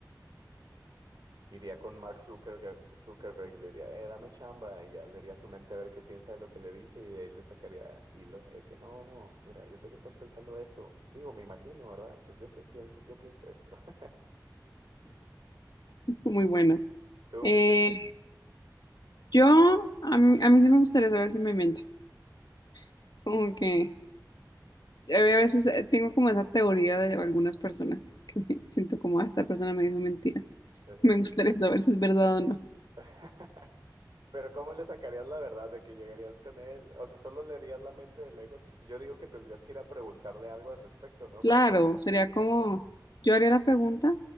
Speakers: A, on the right; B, on the left.
A: Iría con Mark Zuckerberg, Zuckerberg y le diría, eh, dame chamba, y ya leería su mente a ver qué piensa de lo que le dije y de ahí le sacaría hilo de que no, no, mira, yo sé que estás pensando esto. Digo, me imagino, ¿verdad? Pues yo te pienso, yo pienso esto. <laughs>
B: <laughs> Muy bueno.
A: ¿Tú?
B: Eh, yo, a mí, a mí sí me gustaría saber si me miente. <laughs> Como que a veces eh, tengo como esa teoría de algunas personas <laughs> que me siento como, "Ah, esta persona me dijo mentiras. <laughs>
A: Desde
B: Me
A: que...
B: gustaría saber si es verdad o no.
A: <laughs> Pero ¿cómo le sacarías la verdad de que llegarías con él? O sea, solo leerías la mente de lejos. Yo digo que tendrías que ir a preguntarle algo al respecto, ¿no?
B: Claro,
A: Para... saber.
B: sería como,
A: bien.
B: yo haría la pregunta,